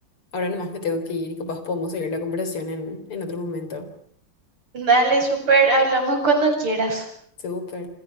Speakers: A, on the left; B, on the right.
A: Ahora nomás me tengo que ir y capaz podemos seguir la conversación en, en otro momento.
B: Dale, súper, hablamos cuando quieras.
A: Súper.